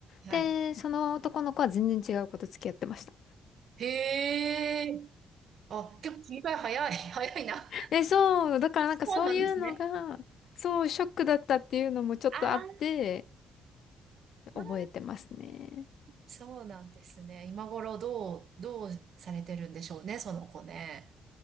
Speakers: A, on the right; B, on the left.
A: はい。
B: で、その男の子は全然違う子と付き合ってました。
A: へえ。あ、結構切り替え早い。<laughs> 早いな。
B: <laughs> えそう、だからなんかそういうのが、
A: そうなんですね。
B: そう、ショックだったっていうのもちょっとあって、
A: あーあー、
B: 覚えてますね。
A: そうなんですね。今頃どう、どうされてるんでしょうね、その子ね。